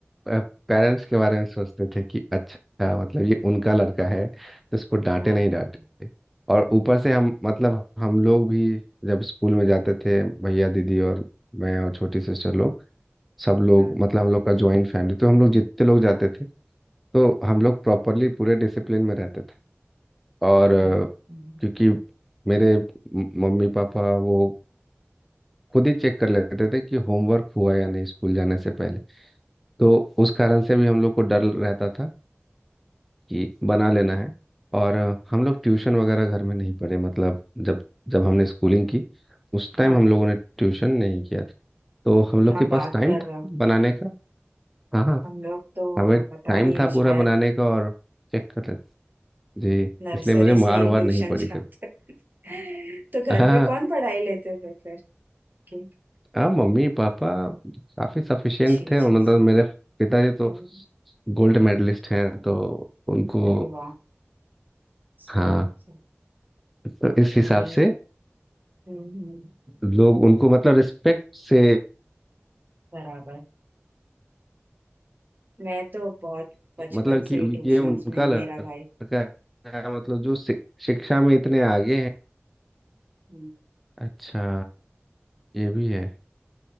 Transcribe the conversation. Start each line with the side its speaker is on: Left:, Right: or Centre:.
Centre: पेरेंट्स के बारे में सोचते थे कि अच्छा मतलब ये उनका लड़का है तो इसको डांटे
Right: हाँ
Centre: नहीं डांटे और ऊपर से हम मतलब हम लोग भी जब स्कूल में जाते थे भैया दीदी और मैं और छोटी सिस्टर लोग सब लोग
Right: हाँ
Centre: मतलब हम लोग का ज्वाइंट फैमिली तो हम लोग जितने लोग जाते थे तो हम लोग प्रॉपरली पूरे डिसिप्लिन में रहते थे और
Right: हाँ हाँ।
Centre: क्योंकि मेरे म- मम्मी पापा वो खुद ही चेक कर लेते थे कि होमवर्क हुआ या नहीं स्कूल जाने से पहले तो उस कारण से भी हम लोग को डर रहता था कि बना लेना है और हम लोग ट्यूशन वगैरह घर में नहीं पढ़े मतलब जब जब हमने स्कूलिंग की उस टाइम
Right: हाँ
Centre: हम लोगों ने ट्यूशन नहीं किया था तो हम
Right: क्या
Centre: लोग के
Right: बात
Centre: पास टाइम
Right: कर रहे
Centre: था
Right: हो
Centre: बनाने का हाँ हाँ
Right: हम लोग तो
Centre: हमें
Right: पता
Centre: टाइम
Right: नहीं
Centre: था पूरा
Right: शायद
Centre: बनाने का और चेक कर लेते जी
Right: नर्सरी
Centre: इसलिए मुझे मार
Right: से ही
Centre: वार
Right: ट्यूशन
Centre: नहीं पड़ी
Right: जाते
Centre: कभी
Right: थे। <laughs> तो घर
Centre: हाँ हाँ।
Right: पे कौन पढ़ाई लेते थे फिर की
Centre: हाँ मम्मी पापा काफी सफिशिएंट
Right: अच्छी
Centre: थे और
Right: चीज
Centre: मतलब
Right: है
Centre: मेरे पिताजी तो
Right: हम्म,
Centre: गोल्ड मेडलिस्ट हैं तो उनको
Right: अरे वाह सही
Centre: <laughs> हाँ
Right: है सही। है।
Centre: तो इस
Right: नहीं
Centre: हिसाब से
Right: हम्म हम्म,
Centre: लोग उनको मतलब रिस्पेक्ट से
Right: बराबर मैं तो बहुत बचपन
Centre: मतलब
Right: से
Centre: कि
Right: ही ट्यूशन
Centre: ये उनका
Right: में है
Centre: लड़का
Right: मेरा भाई
Centre: है मतलब जो शि- शिक्षा में इतने आगे हैं
Right: हम्म।
Centre: अच्छा ये भी है